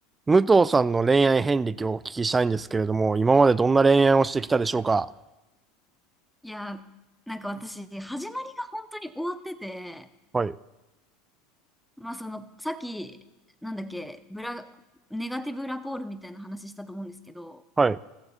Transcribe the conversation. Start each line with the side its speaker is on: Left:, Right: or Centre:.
Right: 武藤さんの恋愛遍歴をお聞きしたいんですけれども、今までどんな恋愛をしてきたでしょうか
Centre: いや、なんか私、始まりが本当に終わってて、
Right: はい、
Centre: まあその、さっき、なんだっけ、ブラ、ネガティブラポールみたいな話したと思うんですけど、
Right: はい、